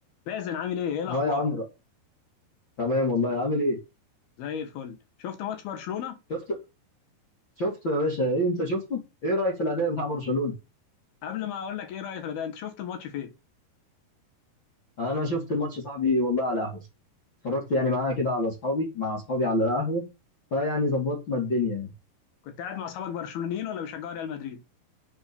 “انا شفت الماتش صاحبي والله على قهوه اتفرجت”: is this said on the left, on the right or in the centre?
Left